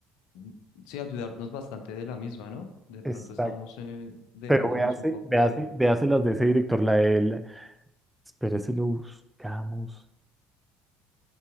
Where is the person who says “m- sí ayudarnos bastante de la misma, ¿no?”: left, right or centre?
Left